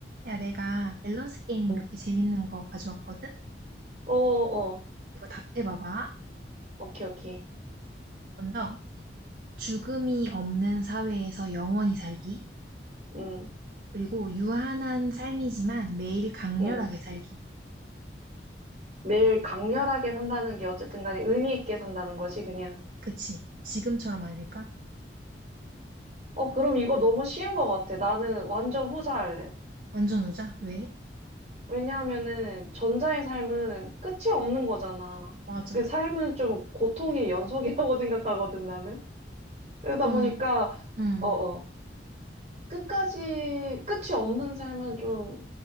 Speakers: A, on the right; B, on the right.
A: 야, 내가 밸런스 게임
B: 응.
A: 몇 개 재밌는 거 가져왔거든?
B: 어, 어.
A: 이거 답해봐봐.
B: 오케이, 오케이.
A: 먼저, 죽음이 없는 사회에서 영원히 살기.
B: 응,
A: 그리고 유한한 삶이지만 매일 강렬하게
B: 응.
A: 살기.
B: 매일 강렬하게 산다는 게 어쨌든 간에 의미 있게 산다는 거지, 그냥.
A: 그치? 지금처럼 아닐까?
B: 어, 그럼 이거 너무 쉬운 것 같아. 나는 완전 후자할래.
A: 완전 후자? 왜?
B: 왜냐하면은 전자의 삶은 끝이 없는 거잖아.
A: 맞아.
B: 그 삶은 좀 고통의 연속이라고 <laughs> 생각하거든, 나는. 그러다
A: 그럼,
B: 보니까,
A: 음,
B: 어, 어. 끝까지, 끝이 없는 삶은 좀